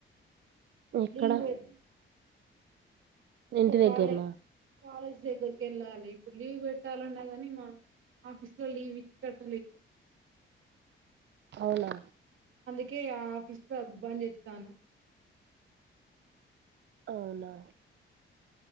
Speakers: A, on the right; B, on the right.
A: ఎక్కడ
B: లీవ్ పెట్
A: ఇంటి దగ్గర
B: కాలే
A: నా
B: కాలేజ్ దగ్గరకి వెళ్ళాలి ఇప్పుడు లీవ్ పెట్టాలన్నాగాని మ ఆఫీస్ లో లీవ్ ఇచ్చట్
A: అవునా
B: ఓకే ఆ ఆఫీస్ లోబ్బంది చెస్తాను
A: అవునా